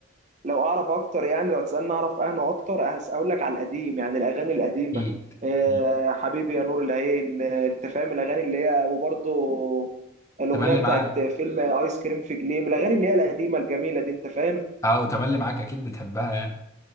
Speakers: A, on the right; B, on the left.
A: لو اعرف اكتر يعني لو تسالني اعرف اهنا اكتر هس- اقول لك على القديم يعني الاغاني القديمه
B: اكيد
A: آه
B: اكيد
A: حبيبي يا نور العين آه، انت فاهم الاغاني اللي هي وبرضه الاغنيه
B: تملي
A: بتاعت
B: معاك
A: فيلم ايس كريم في جليم الاغاني اللي هي القديمه الجميله دي انت فاهم
B: اه وتملي معاك اكيد بتحبها يعني